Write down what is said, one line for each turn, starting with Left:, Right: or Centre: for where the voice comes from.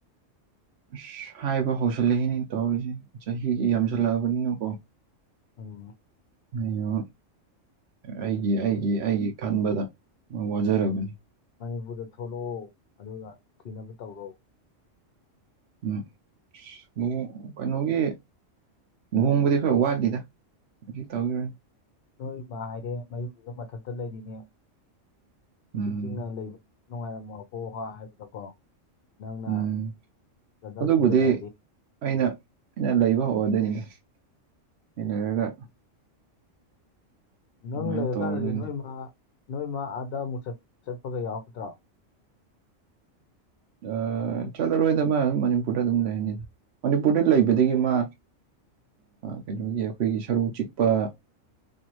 Right: ꯑꯁ ꯍꯥꯏꯕ ꯍꯧꯁꯜꯂꯛꯏꯅꯦ ꯇꯧꯔꯤꯁꯦ ꯆꯍꯤꯁꯦ ꯌꯥꯝꯁꯜꯂꯛꯑꯕꯅꯤꯅꯀꯣ
Left: ꯑꯣ
Right: ꯑꯩꯅ ꯑꯩꯒꯤ ꯑꯩꯒꯤ ꯑꯩꯒꯤ ꯈꯟꯕꯗ ꯋꯥꯖꯔꯕꯅꯤ
Left: ꯃꯅꯤꯄꯨꯔꯗ ꯊꯣꯛꯂꯛꯑꯣ ꯑꯗꯨꯒ ꯊꯤꯅꯕ ꯇꯧꯔꯣ
Right: ꯎꯝ <unintelligible> ꯀꯩꯅꯣꯒꯤ ꯂꯨꯍꯣꯡꯕꯗꯤ ꯈꯔ ꯋꯥꯠꯂꯤꯗ ꯍꯧꯖꯤꯛ ꯇꯧꯈꯤꯔꯣꯏ
Left: ꯅꯣꯏꯃ ꯍꯥꯏꯔꯦ ꯃꯌꯨꯝꯗꯨ ꯃꯊꯟꯇ ꯂꯩꯔꯤꯅꯦ ꯏꯆꯤꯛ
Right: ꯎꯝ
Left: ꯆꯤꯛꯅ ꯂꯩꯕ ꯅꯨꯡꯉꯥꯏꯔꯝꯃꫭꯏ ꯍꯣ ꯍꯥ ꯍꯥꯏꯕꯗꯀꯣ ꯅꯪꯅ
Right: ꯎꯝ
Left: ꯆꯗ
Right: ꯑꯗꯨꯕꯨꯗꯤ
Left: <unintelligible> ꯁꯤꯖꯂꯗꯤ
Right: ꯑꯩꯅ ꯑꯩꯅ ꯂꯩꯕ ꯍꯧꯔꯗꯣꯏꯅꯤꯅ ꯑ <unintelligible> ꯂꯩꯔꯒ
Left: ꯅꯪ
Right: ꯑꯗꯨꯃꯥꯏꯅ
Left: ꯂꯩꯔꯀꯥꯟꯗꯗꯤ
Right: ꯇꯧꯔꯗꯣꯏꯅꯤ
Left: ꯅꯣꯏꯃ ꯅꯣꯏ ꯃꯥ ꯑꯥꯗ ꯑꯃꯨꯛ ꯆꯠꯄꯒ ꯌꯥꯎꯔꯛꯇꯔꯣ
Right: ꯑꯥ ꯆꯠꯂꯔꯣꯏꯗꯕ ꯃꯥ ꯑꯗꯨꯝ ꯃꯅꯤꯄꯨꯔꯗ ꯑꯗꯨꯝ ꯂꯩꯔꯅꯤꯗ ꯃꯅꯤꯄꯨꯔꯗ ꯂꯩꯕꯗꯒꯤ ꯃꯥ ꯀꯩꯅꯣꯒꯤ ꯑꯩꯈꯣꯏꯒꯤ ꯁꯔꯨ ꯆꯤꯛꯄ